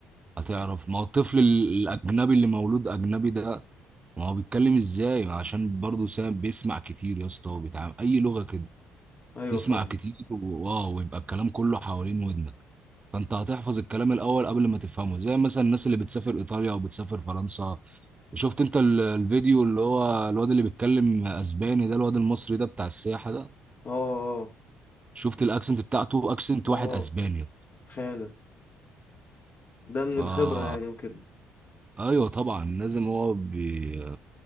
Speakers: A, on the right; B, on the left.
A: هتعرف ما هو الطفل ال- الأجنبي اللي مولود أجنبي ده ما هو بيتكلم
B: مم.
A: إزاي عشان برضه سام بيسمع كتير يا اسطى وبيتعامل أي لغة كده
B: ايوه
A: تسمع
B: فاهم
A: كتير و- واو ويبقى الكلام كله حوالين ودنك فأنت هتحفظ الكلام الأول قبل ما تفهمه زي مثلا الناس اللي بتسافر إيطاليا أو بتسافر فرنسا شفت أنت ال- الفيديو اللي هو الواد اللي بيتكلم أسباني ده الواد المصري ده بتاع السياحة ده
B: اه
A: شفت الأكسنت بتاعته أكسنت
B: اه
A: واحد
B: اه
A: أسباني
B: فعلا ده من
A: ف
B: الخبرة يعني وكده
A: ايوه طبعا لازم هو بي...